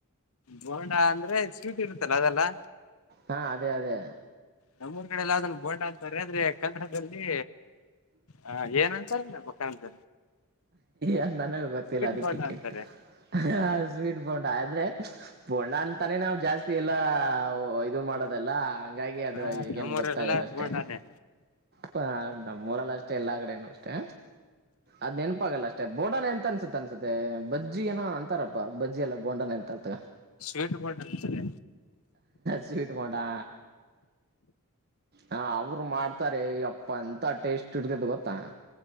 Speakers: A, on the left; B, on the right.
A: ಬೋಣ ಅಂದ್ರೆ ಸ್ಟ್ ಇರುತ್ತಲ್ಲ ಅದೆಲ್ಲಾ
B: ಹಾ ಅದೇ ಅದೇ
A: ನಮ್ಮೂಊರ್ ಕಡೆಲ್ಲನ್ ಬೋಂಡ ಅಂತಾರೆ ಆದ್ರೆ ಕನ್ನಡದಲ್ಲಿ ಆ ಏನ ಬಕ ಅಂತ
B: ಅ ನನಗೂ ಗೊತ್ತಿಲ್ಲ ಅದಕ್ಕಕ್ಕೆ
A: ಬೋಂಡಾ ಅಂತಾರೆ
B: ಹ ಸ್ವೀಟ್ ಬೋೊಂಡ ಆದ್ರೆ ಬೋೊಂಡ ಅಂತಾನೇ ನಾವವು ಜಾಸ್ತಿ ಎಲ್ಲಾ ಇದು ಮಾಡೋದಲ್ಲ ಹಂಗಾಗಿ ಅದು
A: ಹಾ
B: ಈಗೇನು
A: ನಮ್ಮೂರಲ್ಲೆಲ್ಲ
B: ಗೊತ್ತಾಗಲ್ಲ ಅಷ್ಟೇ
A: ಬೋಂಡಾನೆ
B: ಹ ನಮ್ಮ್ ಊರಲ್ಲ ಅಷ್ಟೇ ಎಲ್ಲಾ ಕಡೆನುೂ ಅಷ್ಟೇ ಅದ್ ನೆನಪಾಗಲ್ಲ ಅಷ್ಟೇ ಮ ಬೋಂಡಾನೆ ಎಂತ ಅನ್ಸುತ್ತೆ ಅನ್ಸೆ ಬಜ್ಜಿ ಏೋ ಅಂತಾರಪ್ಪಾ ಬಜ್ಜಿ ಎಲ್ಲ ಬೋಂಡಾನೆ ಎಂತ ಅರ್ತ
A: ಬೇಟ ಮಾಡಣ ಸರಿ
B: ಸ್ವೀಟ್ ಮಾಡೋಟಾ ಹ ಅವರು ಮಾಡ ಹತಾರೆ ಅಪ್ಪ ಅಂತ ಟೇಸ್ಟ್ ಇಡ್ತೇತೆ ಗೊತ್ತಾ